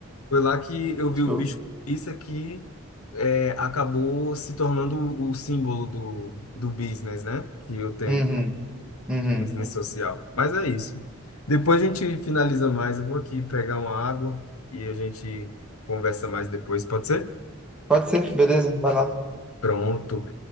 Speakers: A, on the left; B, in the centre.
A: foi lá que eu vi o
B: Show.
A: bicho preguiça que é, acabou se tornando o símbolo do, do business, né? Que eu tenho.
B: Uhum, uhum.
A: Business social. Mas é isso. Depois a gente finaliza mais. Eu vou aqui pegar uma água e a gente conversa mais depois, pode ser?
B: Pode ser, beleza? Vai lá.
A: Pronto.